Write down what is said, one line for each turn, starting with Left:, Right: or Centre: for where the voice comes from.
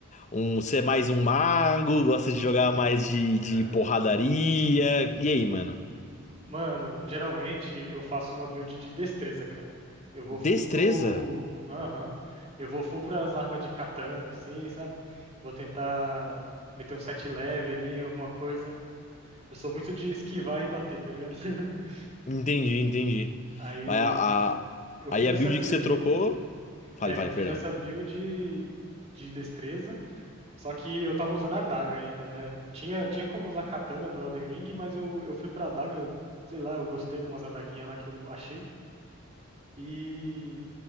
Left: um, você é mais um mago, gosta de jogar mais de,
Right: <laughs>
Left: de porradaria? E aí, mano?
Right: Mano, geralmente eu faço uma build de destreza, cara. Eu vou full
Left: Destreza?
Right: pro. Aham. Eu vou full pras armas de katana, assim, sabe? Vou tentar meter um set leve ali, alguma coisa. Eu sou muito de esquivar e bater, tá ligado? <laughs>
Left: Entendi, entendi.
Right: Aí
Left: Mas a, a-
Right: eu fiz
Left: aí a
Right: essa
Left: build
Right: build
Left: que você trocou.
Right: aí.
Left: Fale,
Right: É,
Left: fale,
Right: eu fiz
Left: perdão.
Right: essa build de destreza, só que eu tava usando a daga ainda, né? Tinha, tinha como usar katana no Elden Ring, mas eu, eu fui pra adaga, sei lá, eu gostei de umas adaguinhas lá que eu achei. E